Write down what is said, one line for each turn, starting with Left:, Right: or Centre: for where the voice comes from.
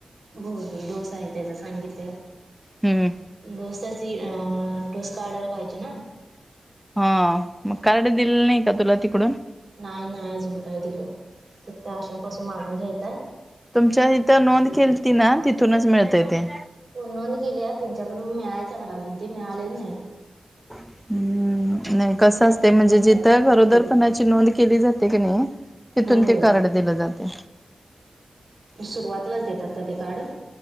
Right: हो हो, डोस आहे त्यांचा सांगितल्यात.
Centre: हम्म.
Right: डोसाची, डोस‌ काडायला पाहिजे ना?
Centre: हा. मग कार्ड दिले नाही का, तुला तिकडून.
Right: नाय-नाय अजून काय दिलं. त त्या आशांपासून मागून घ्यायचांय.
Centre: तुमच्या हितं नोंद केलती ना, तिथूनच मिळतय ते.
Right: हो नोंद केल्या. त्यांच्याकडून मिळायचय मला अजून, ते मिळालेलं नाही.
Centre: हम्म,
Right: आता त्यांचा
Centre: नाय
Right: नंबर
Centre: कस
Right: घेतलाय
Centre: असतंय,
Right: त्यांच्याकडून
Centre: म्हणजे जिथं
Right: मागून
Centre: गरोदरपणाची
Right: घेईन लगेच
Centre: नोंद केली जात ते कणी तिथून
Right: होय
Centre: ते,
Right: होय
Centre: कार्ड दिलं जातंय.
Right: सुरुवातीलाच देतात का, ते कार्ड?